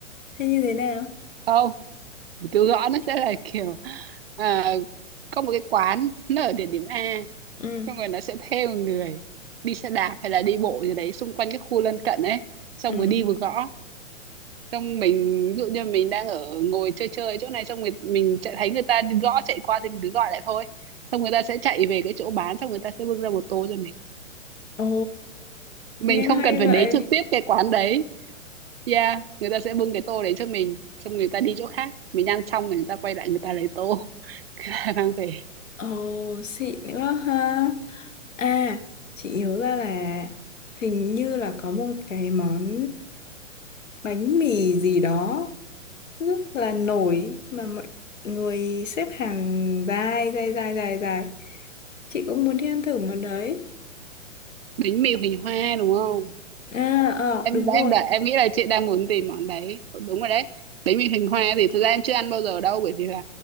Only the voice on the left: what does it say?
hay như thế nào
ừ
ừ
ồ
nghe
hay
vậy
ồ xịn quá ha à chị nhớ ra là hình như là có một cái món bánh mì gì đó rất là nổi mà mọi người xếp hàng dài dài dài dài dài chị cũng muốn đi ăn thử món đấy
à ờ
đúng
rồi